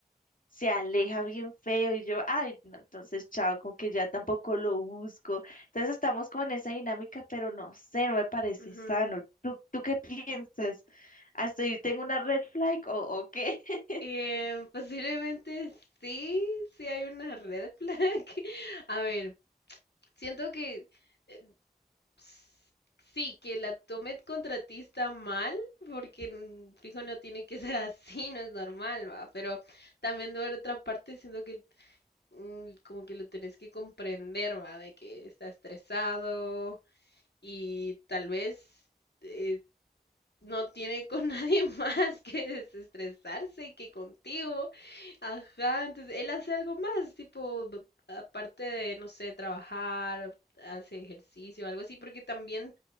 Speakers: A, on the left; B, on the left.
A: se aleja bien feo y yo, ay, no, entonces chao, como que ya tampoco lo busco. Entonces estamos como en esa dinámica, pero no sé, no me parece
B: Ujú.
A: sano. ¿Tú, tú qué piensas? Ah, estoy tengo una red flag o, o qué? <laughs>
B: Eh, posiblemente sí, sí hay una red flag. <laughs> A ver, siento que eh, s- sí, que la tomen contra ti está mal, porque mm, fijo no tiene que ser <laughs> así, no es normal, va. Pero también de otra parte siento que mm, como que lo tenés que comprender, va, de que está estresado y tal vez eh, no tiene con <laughs> nadie más que desestresarse que contigo. Ajá, entonces él hace algo más, tipo, b- aparte de, no sé, trabajar, hace ejercicio, algo así, porque también